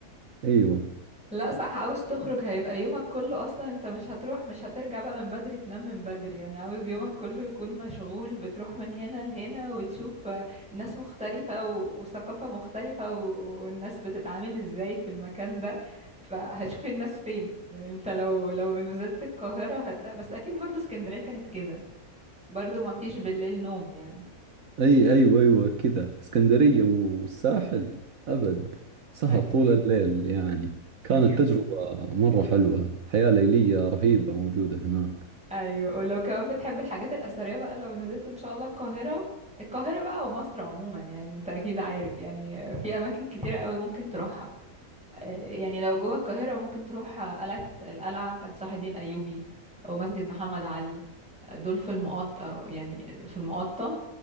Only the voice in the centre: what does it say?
لا صح عاوز تخرج هيبقى يومك كله اصلا انت مش هتروح مش هترجع بقى من بدري تنام من بدري يعني عاوز يومك كله يكون مشغول بتروح من هنا لهنا وتشوف آه، ناس مختلفة و- وثقافة مختلفة و- والناس بتتعامل ازاي في المكان ده فهتشوف الناس فين يعني انت لو لو نزلت القاهرة هتلاقي بس اكيد برضو اسكندرية كانت كده برضو ما فيش بالليل نوم يعني
ايوه
ايوه
ايوه ولو كمان بتحب الحاجات الاثريه بقى لو نزلت ان شاء الله القاهره القاهره بقى ومصر عموما يعني انت اكيد عارف يعني في اماكن كتيره قوي ممكن تروحها آه، يعني لو جوه القاهره ممكن تروح قلعه القلعه بتاعه صلاح الدين الايوبي او مسجد محمد علي آه، دول في المقاطة يعني في المقاطة